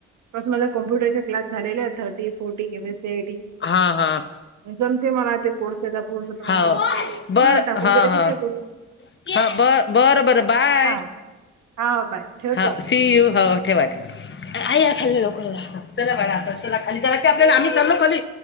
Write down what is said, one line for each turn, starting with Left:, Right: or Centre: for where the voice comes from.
Right: कस माझा कॉम्प्युटरचा क्लास झालेला आहे thirty forty M S C I T
Left: हा हा
Right: मजतंय मला ते कोर्स त्याजा पूर्ण तर
Left: हाव
Right: म्हटलं मग त्यानी
Left: बर
Right: ह टाकून
Left: हा
Right: दिलं कि
Left: हा
Right: ते करू.
Left: हा ब-बरं बरं बाय.
Right: हा हा बाय ठेवतो
Left: ह सी यू हो ठेवा ठेवा आई ह्याला खाली लवकर जा चला बाळा आता चला खाली चला की आपल्याला आम्ही चाललो खाली.